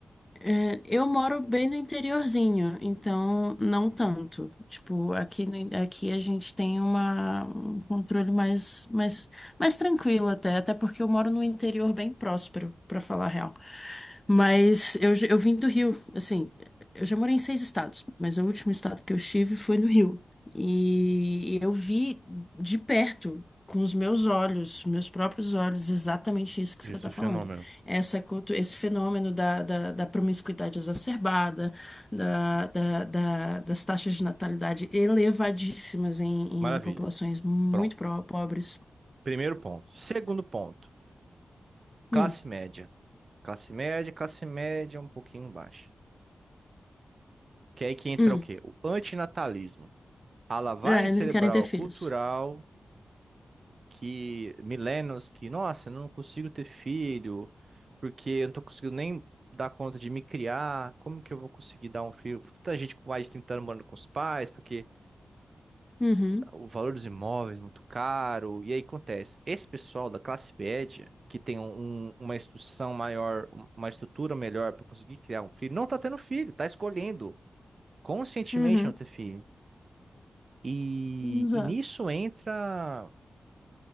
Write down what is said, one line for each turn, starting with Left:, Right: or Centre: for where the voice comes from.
Left: É, eu moro bem no interiorzinho, então não tanto. Tipo, aqui, no- aqui a gente tem uma, um controle mais, mais, mais tranquilo até, até porque eu moro num interior bem próspero, pra falar a real. Mas eu, j- eu vim do Rio, assim, eu já morei em seis estados, mas o último estado que eu estive foi no Rio. E eu vi de perto, com os meus olhos, meus próprios olhos, exatamente isso que
Right: Esse
Left: você está
Right: fenômeno.
Left: falando essa, cultu- esse fenômeno da, da, da promiscuidade exacerbada, da, da, da- das taxas de natalidade elevadíssimas em,
Right: Maravilha.
Left: em populações muito
Right: Pronto.
Left: pro- pobres.
Right: Primeiro ponto. Segundo ponto, classe
Left: Hum,
Right: média. Classe média, classe média um pouquinho baixa. Que é aí que entra
Left: hum.
Right: o quê? O antinatalismo. A lavagem
Left: É,
Right: cerebral
Left: não querem ter filhos.
Right: cultural que milênios que, nossa, eu não consigo ter filho, porque eu não tô conseguindo nem dar conta de me criar. Como que eu vou conseguir dar um filho? Tanta gente com mais de 30 anos morando com os pais, porque
Left: Uhum,
Right: o valor dos imóveis é muito caro. E aí acontece, esse pessoal da classe média que tem um- um, uma instrução maior, uma estrutura melhor para conseguir criar um filho, não tá tendo filho, tá escolhendo conscientemente
Left: uhum.
Right: não ter filho. E,
Left: Exato.
Right: e nisso entra,